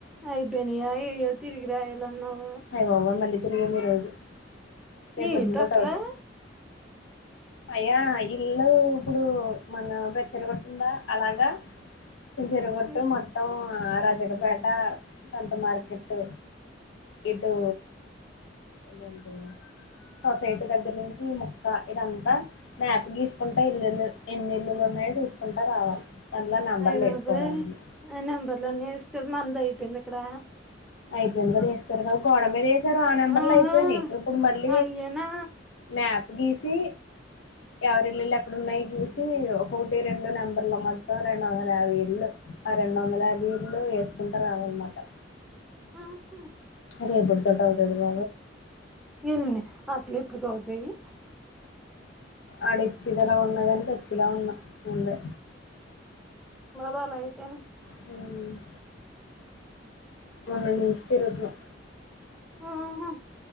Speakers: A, in the centre; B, on the left.
A: అయిబేనియా ఏయ్యో తిరిగి రాయాలి అన్నావ్
B: అయ్యా బాబోయ్ మళ్ళీ తిరిగాం ఈ రోజు రేపొద్దు
A: ఏంటి అసలా
B: తోటి ఔట్ ఎ అయ్యా ఇల్లు ఇప్పుడు మన పెచ్చరగతుందా అలాగా చి చిరిగుట్టు
A: ఉమ్
B: మొత్తం రజకపేట సంత మార్కెట్ ఏటో ఏంట సొసైటీ దగ్గర నుంచి ఈ ముక్క ఇదంతా మ్యాప్ గీసుకుంటే ఇల్లులు ఎన్ని ఇల్లులున్నా న్నాయ చూసుకుంటా రావాలి మళ్ళ నెంబర్లు
A: అయ బాబాయ్
B: వేసుకోవాలి అందులో
A: నెంబర్లన్న వేసుకుల మంద అయిపోయింది ఇక్కడ
B: ఐదు వందలు వేస్తారు కదా గోడ మీద వేస్తారు సారు ఆ నెంబర్
A: ఆహా
B: లో అయిపోయినాయి ఇప్పుడు మళ్ళ
A: అయ్యేనా
B: మ్యాప్ గీసి ఎవరి ఇల్లుళ్ళ ఎక్కడ ఉన్నాయి గీసి ఒకటి రెండు నెంబర్ ఇళ్ల మొత్తం రెండు వందల యాభై ఇల్లు ఆ రెండు వందల యాభ ఇళ్లు వేసుకుంటారుామనమాట
A: ఆహా
B: అదేప్పుడుత ట ఒక తడుల
A: ఏముంది అసలే ఇప్పుడకి అవుతాయి
B: ఆడోచ్చేది ఎలా ఉన్న కాని సచ్చేలా ఉన్న ముందే
A: వాళ్ళయితేనే
B: మ్ మన్న మిస్ తెరపి
A: ఆహా